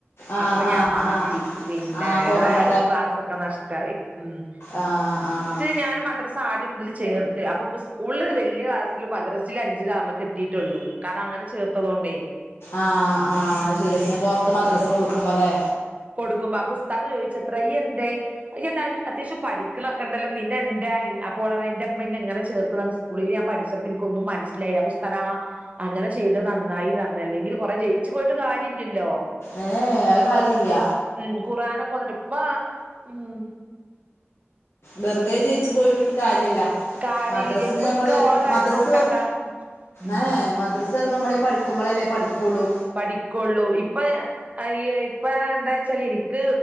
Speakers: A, on the left (about 65°); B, on the right (about 35°).
A: ആ
B: അപ്പൊ ഞാ
A: ആ
B: മാറ്റി
A: ആ
B: പിന്നെ
A: ആ കൊറോണ
B: ഏതായാലും ക്ലാസ്സൊക്കെ നഷട്ടായി ം
A: ആഹ് ആഹ്
B: ത് ഞാനും മദ്രസ് ആദ്യം മുതൽ ചേർത്ത് അപ്പൊ ഇപ്പ സ്കൂള് വെല്ല്യ ക്ലാസ്സിലും മദ്രസില് അഞ്ചിലു ആറിലൊക്കെ എത്തിയിട്ടൊള്ളു കാരണം അങ്ങനെ ചേർത്തതോണ്ടേ.
A: ആഹ് ആഹ് അത് ശരി പിന്നെ പൊറത്ത് മദ്രസ് കൊടുക്കുമ്പോ ല്ലേ?
B: കൊടുക്കുമ്പ അപ്പൊ ഉസ്താദ് ചോയ്ച്ചത്ര യ്യ് എന്തേ ഇയ്യ് എതായി അത്യാവശ്യം പഠിക്ക്ണൊക്കെണ്ടല്ലോ പിന്നെ എന്തായ് അപ്പോൾ ഓളറിയ ന്റെ മ്മ ഇന്നേ ഇങ്ങനെ ചേർത്തതാണ് സ് സ്കളില് ഞാൻ പഠിച്ചപ്പോ ഇൻക്കൊന്നും മൻസിലായില്ല ഉസ്താ അങ്ങനെ ചെയ്തത് നന്നായീന്ന്റി അല്ലെങ്കില് കൊറെ ജയിച്ച് പോയിട്ട് കാര്യല്ലലോ.
A: ഏ അ് അത്കാര്യല്ല.
B: ം ഖുർആനൊക്കെ ഓത്ണ്ട് ഇപ്പ ം
A: വെറുതെ ജയിച്ചു പോയൂറ്ഞ്ട്ട് കാര്യല്ല.
B: കാര്യല്ല
A: മദ്രസിന്
B: ഇപ്പൊ
A: ഞമ്മള്
B: ഇക്ക് ഓളെ കാര്യം
A: മദ്രസ്
B: നോക്കണ്ട
A: പറ
B: ഉം
A: ഏ മദ്രസ് പറിമ്പോ നമ്മള് ഇ പഠിക്കുമ്പളല്ലേ പഠിക്കൊള്ളൂ.
B: പഠിക്കൊള്ളൂ ഇപ്പ അയ്യേ ഇപ്പഴാ എന്താച്ചാല് ഇ ക്ക്